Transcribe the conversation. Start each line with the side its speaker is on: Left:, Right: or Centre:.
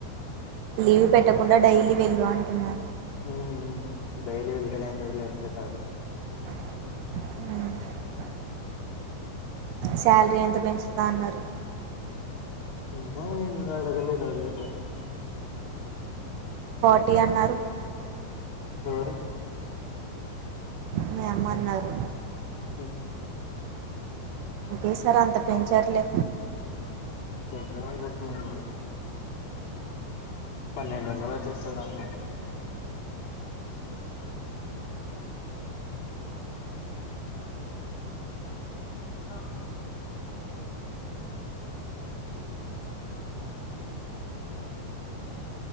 Right: లీవ్ పెట్టకుండా డైలీ వెళ్ళు అంటున్నా
Left: ఉ ఉ డైలీ వెళ్తానే అయితది లేకుంటే తడు
Right: అ సాలరీ ఎంత పెంచుతా అన్నారు
Left: మో ఇంకా అడగలే అడుగుతా
Right: ఫార్టీ అన్నారు
Left: ఎవరు
Right: మీ అమ్మ అన్నారు
Left: ఇద్
Right: ఓకే సారీ అంత పెంచర్లే
Left: పెంచాల అనుకుంటూ ఉండుడే పన్నెండు వందలు వచ్చేస్తది అనుకుంటా ఆ